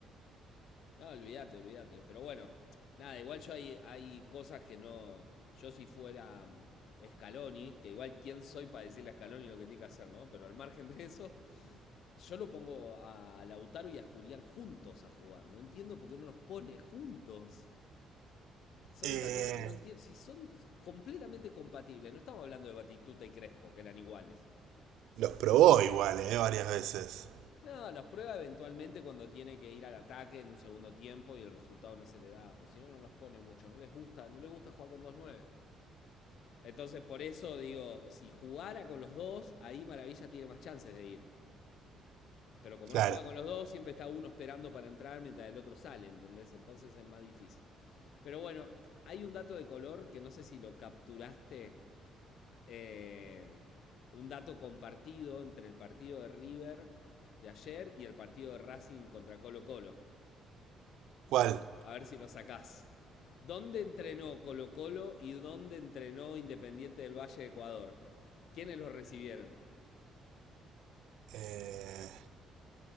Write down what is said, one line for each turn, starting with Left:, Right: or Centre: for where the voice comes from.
Left: no, olvídate, olvídate, pero bueno, nada, igual yo hay, hay cosas que no, yo si fuera mm, Scaloni, que igual quién soy para decirle a Scaloni lo que tiene que hacer, ¿no? Pero al margen de eso, yo lo pongo a Lautaro y a Julián juntos a jugar, no entiendo por qué no los pone juntos. Son
Right: Eh,
Left: esa cosa que no entiendo. Si son completamente compatibles, no estamos hablando de Batistuta y Crespo, que eran iguales.
Right: los probó igual, eh, varias veces.
Left: No, los prueba eventualmente cuando tiene que ir al ataque en un segundo tiempo y el resultado no se le da. Pero si no, no los pone mucho. No les gusta, no les gusta jugar con dos 9 Entonces, por eso digo, si jugara con los dos, ahí Maravilla tiene más chances de ir. Pero como
Right: Claro.
Left: no juega con los dos, siempre está uno esperando para entrar mientras el otro sale, ¿entendés? Entonces es más difícil. Pero bueno, hay un dato de color que no sé si lo capturaste eh, un dato compartido entre el partido de River de ayer y el partido de Racing contra Colo Colo.
Right: ¿Cuál?
Left: A ver si lo sacás. ¿Dónde entrenó Colo Colo y dónde entrenó Independiente del Valle de Ecuador? ¿Quiénes los recibieron?
Right: Eh,